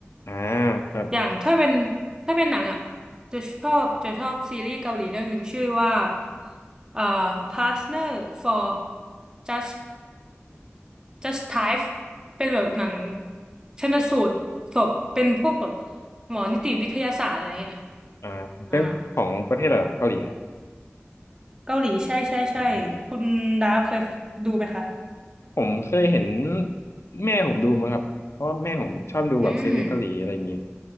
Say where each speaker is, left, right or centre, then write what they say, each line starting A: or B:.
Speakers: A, on the left; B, on the right.
A: อ่าครับ
B: อย่างถ้าเป็นถ้าเป็นหนังอ่ะจะชอบจะชอบซีรีส์เกาหลีเรื่องหนึ่งชื่อว่าเอ่อ Partner for Just Just Type เป็นแบบหนังชันสูตรศพเป็นพวกแบบหมอนิติวิทยาศาสตร์อะไรเงี้ย
A: อ่าเป็นของประเทศอะไรเหรอเกาหลีครับ
B: อ่า เกาหลีใช่ใช่ใช่คุณดาฟเคยดูไหมคะ
A: อ่า ผมเคยเห็นแม่ผมดูมั้งครับเพราะว่าแม่ผมชอบดูแบบซีรีส์เกาหลีอะไรอย่างเงี้ย
B: อืม